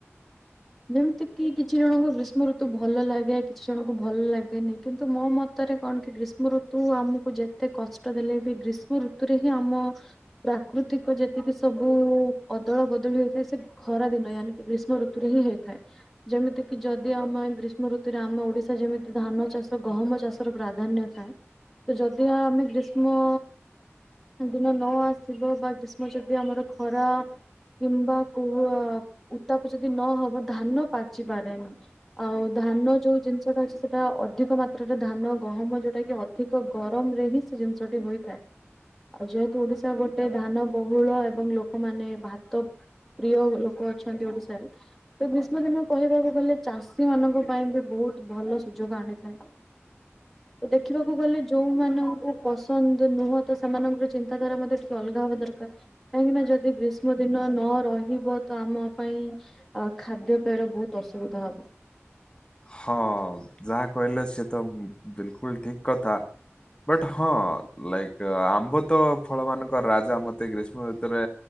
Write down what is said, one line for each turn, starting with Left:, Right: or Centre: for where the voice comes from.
Centre: ଯେମିତି କି କିଛି ଜଣଙ୍କୁ ଗ୍ରୀଷ୍ମ ଋତୁ ଭ ଭଲ ଲାଗେ କିଛି ଜଣଙ୍କୁ ଭଲ ଲାଗେନି କିନ୍ତୁ ମୋ ମତରେ କଣ କି ଗ୍ରୀଷ୍ମ ଋତୁ ଆମକୁ ଯେ ଯେତେ କଷ୍ଟ ଦେଲେ ବି ଗ୍ରୀଷ୍ମ ଋତୁରେ ହିଁ ଆମ ପ୍ରାକୃତିକ ଯେତିକି ସବୁ ଅଦଳ ବଦଳି ହେଥାଏ ସେ ଖରା ଦିନ ଆନିକି ଗ୍ରୀଷ୍ମ ଋତୁ ହିଁ ହେଇଥାଏ। ଯେମିତି କିି ଯଦି ଆମେ ଗ୍ରୀଷ୍ମ ଋତୁରେ ଆମ ଓଡିଶା ଯେମିତି ଧାନ ଚାଷ, ଗହମ ଚାଷ ପ୍ରାଧାନ୍ୟ ଥାଏ ତ ଯଦି ଆମେ ଗ୍ରୀଷ୍ମ ଦିନ ନ ଆସିବ ବା ଗ୍ରୀଷ୍ମ ଯଦି ଆମର ଖରା କିମ୍ବା କୋ ଉତାପ ଯଦି ନହବ ଧାନ ପାଚି ପାରେନି। ଆଉ ଧାନ ଯୋଉ ଜିନିଷଟା ଅଛି ସେଟା ଅଧିକ ମାତ୍ରାରେ ଧାନ ଗହମ ଯୋଉଟା କି ଅଧିକ ଗରମ ରେ ହିଁ ସେ ଜିନିଷଟି ହୋଇଥାଏ। ଆଉ ଯେହେତୁ ଓଡିଶା ଗୋ ଗୋଟେ ଧାନ ବହୁଳ ଏବଂ ଲୋକମାନେ ଭାତ ପ୍ରିୟ ଲୋକ ଅଛନ୍ତି ଓଡିଶାରେ ତ ଗ୍ରୀଷ୍ମ ଦିନ କହିବାକୁ ଗଲେ ଚାଷୀ ମାନଙ୍କ ପାଇଁ ବି ବହୁତ ଭଲ ସୁଯୋଗ ଆଣିଥାଏ। ଦେ ଦେଖିବାକୁ ଗଲେ ଯେଉଁମାନଙ୍କୁ ପସନ୍ଦ ନୁହଁ ତ ସେମାନଙ୍କର ଚିନ୍ତାଧାରା ମଧ୍ୟ ଟି ଅଲଗା ହବା ଦରକାର କାହିଁକିନା ଯଦି ଗ୍ରୀଷ୍ମ ଦିନ ନ ରହିବ ତ ଆମ ପାଇଁ ଆ ଖାଦ୍ୟପେୟ ର ବହୁତ ଅସୁବିଧା ହବ।
Left: ହଁ ଯାହା କହିଲେ ସେ ତ ବିଲକୁଲ ଠିକ କଥା, ବଟ୍ ହଁ ଲାଇକ୍ ଆମ୍ବ ତ ଫଳ ମାନଙ୍କର ରାଜା ମତେ ଗ୍ରୀଷ୍ମ ଭିତରେ